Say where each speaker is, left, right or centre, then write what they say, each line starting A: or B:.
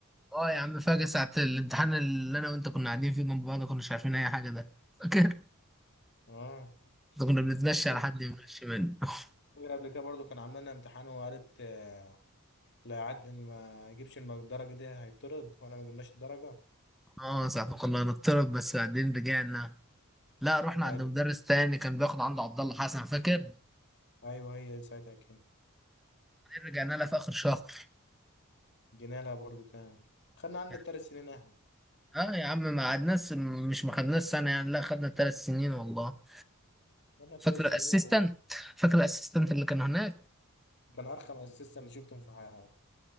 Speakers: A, in the centre; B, on the left.
A: اه يا عم فاكر ساعة الامتحان اللي انا وانت كنا قاعدين فيه جنب بعض كناش عارفين اي حاجة ده فاكر
B: اه
A: <laughs> ده كنا بنتمشى
B: فاكر
A: على حد يمشي منه <laughs>
B: قبل كده برضو كان عاملنا امتحان وقالت آه، لا يعد اللي ما يجيبش الم- الدرجة دي هيطرد وانا ما جبناش الدرجة
A: اه ساعة ما كنا هنضطرب بس بعدين رجعنا لا رحنا
B: ايوه
A: عند مدرس تاني كان بياخد عنده عبد الله حسن فاكر
B: ايوه هي دي ساعتها كده
A: رجعنا لها في اخر شهر
B: جينا لها برضو تاني خدنا عندنا
A: يعني،
B: التلات سنين احنا
A: اه يا عم ما قعدناش مش ما خدناش سنه يعني لا خدنا ثلاث سنين والله
B: خدنا التلات
A: فاكر
B: سنين
A: الاسيستنت
B: وكان
A: فاكر الاسيستنت اللي كانوا هناك
B: ارخم اسيستنت اللي شفتهم في حياتي